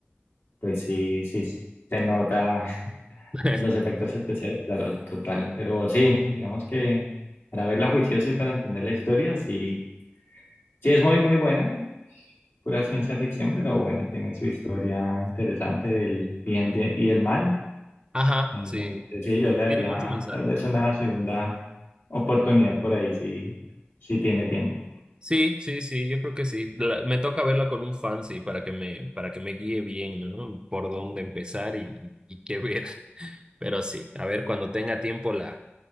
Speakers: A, on the left; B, on the right.
A: pues sí, sí se nota
B: <laughs>
A: Los efectos especiales, claro, total. Pero sí, digamos que para verla juiciosa y para entender la historia, sí, sí es muy, muy buena, pura ciencia ficción, pero bueno, tiene su historia interesante del bien de- y el mal.
B: Ajá,
A: Entonces,
B: sí,
A: sí, yo le daría
B: tiene mucho mensaje.
A: tal vez una segunda oportunidad por ahí, si, si tiene tiempo.
B: Sí, sí, sí, yo creo que sí. La- me toca verla con un fan, sí, para que me, para que me guíe bien, ¿no? Por dónde empezar y, y qué ver. <laughs> Pero sí, a ver, cuando tenga tiempo la,